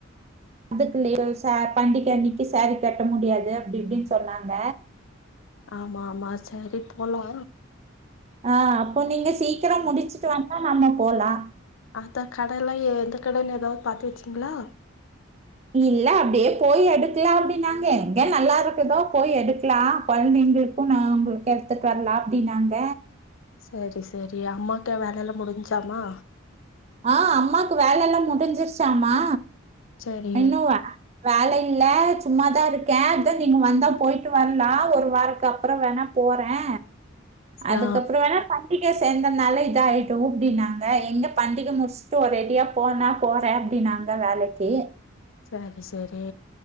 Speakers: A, on the right; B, on the left.
A: அதுக்குல ச பண்டிக அன்னைக்கு சாரீ கட்ட முடியாது அப்டி இப்டின்னு சொன்னாங்க
B: ஆமா ஆமா சேரி போலா
A: அ அப்போ நீங்க சீக்கிர முடிச்சுட்டு வாங்க நம்மே போலா
B: அந்த கடைலயு எந்த கடைலயு ஏதாவது பாத்து வச்சிங்களா
A: இல்ல அப்டியே போய் எடுக்கலா அப்டின்னாங்க எங்க நல்லா இருக்குதோ போய் எடுக்கலா கொழந்தைங்க இப்ப நா உங்களுக்கு எடுத்துட்டு வரலா அப்டின்னாங்க
B: சேரி சேரி அம்மாக்கு வேலலா முடிஞ்சாமா
A: அ அம்மாக்கு வேலல்லா முடிஞ்சிருச்சாமா
B: சரி
A: <unintelligible> வேல இல்ல சும்மாதா இருக்கே அதா நீங்க வந்தா போயிட்டு வரலா ஒரு வாரத்துக்கு அப்ற வேணா போறே அதுக்ப்றோ
B: ஆ
A: வேணா பண்டிகை சேந்தோம்னாலே இத ஆயிடு அப்டினாங்க எங்க பண்டிக முடிச்சுட்டு ஒரெடியா போனா போறே அப்டினாங்க வேலைக்கு
B: சேரி சேரி